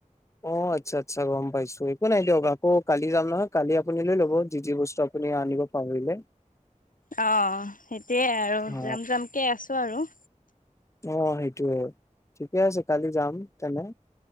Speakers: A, on the left (about 20°); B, on the left (about 85°).
A: অ আচ্ছা আচ্ছা গম পাইছো একো নাই দিয়ক। আকৌ কালি যাম নহয় কালি আপুনি লৈ লব যি যি বস্তু আপুনি আপুনি আনিব পাহৰিলে?
B: অ সেইটোয়ে আৰু
A: অ
B: জাম জামকে আছো আৰু।
A: অ সেইটোৱে ঠিকে আছে কালি যাম তেনে।